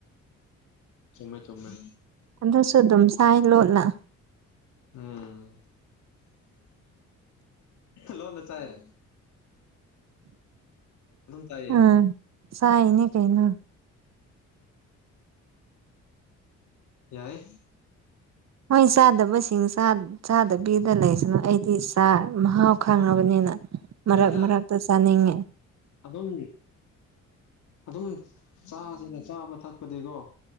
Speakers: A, on the left (about 70°); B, on the right (about 60°).
A: ꯆꯨꯝꯃꯦ ꯆꯨꯝꯃꯦ
B: ꯑꯗꯨꯁꯨ ꯑꯗꯨꯝ ꯁꯥꯏ ꯂꯣꯠꯂ
A: ꯎꯝ ꯂꯣꯅ ꯆꯥꯏꯦ ꯆꯥꯏꯌꯦ
B: ꯎꯝ ꯁꯥꯏꯅꯤ ꯀꯩꯅ
A: ꯌꯥꯏ
B: ꯍꯣꯏ ꯆꯥꯗꯕꯁꯤꯡ ꯆꯥꯗꯕꯤꯗ ꯂꯩꯁꯅꯨ ꯑꯩꯗꯤ ꯆ ꯃꯍꯥꯎ ꯈꯪꯉꯕꯅꯤꯅ ꯃꯔꯛ
A: ꯍꯣꯏꯗ
B: ꯃꯔꯛꯇ ꯆꯥꯅꯤꯡꯉꯦ
A: ꯑꯗꯨꯝ ꯑꯗꯨꯝ ꯆꯥꯁꯤꯅ ꯆꯥꯕ ꯊꯛꯄꯗꯤꯀꯣ